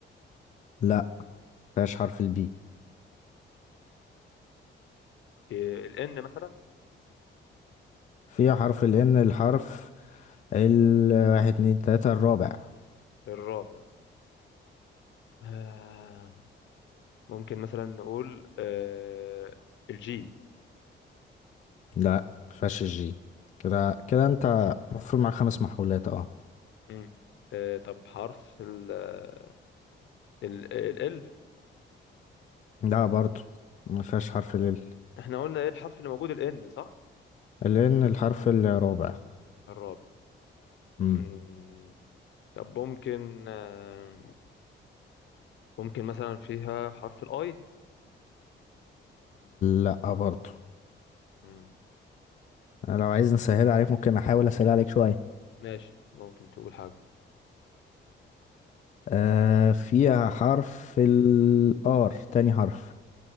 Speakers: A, on the left; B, on the left.
A: لا مفيهاش حرف البي
B: الإن مثلا
A: فيها حرف الان الحرف الواحد اتنين تلاتة الرابع
B: الرابع آه، ممكن مثلا نقول آه، الجي
A: لا مفيهاش الجي كده كده انت المفروض مع خمس محاولات اه
B: مم. آه، طب حرف ال آه، ال آه، ال
A: لا برضو مفيهاش حرف ال
B: احنا قلنا ايه الحرف اللي موجود الإن صح
A: الان الحرف الرابع
B: الرابع
A: مم.
B: مم، طب ممكن آه، ممكن مثلا فيها حرف الاي
A: لا برضو
B: مم.
A: أنا لو عايز نسهل عليك ممكن احاول اسهل عليك شوية
B: ماشي ممكن تقول حاجة
A: آه فيها حرف الآر تاني حرف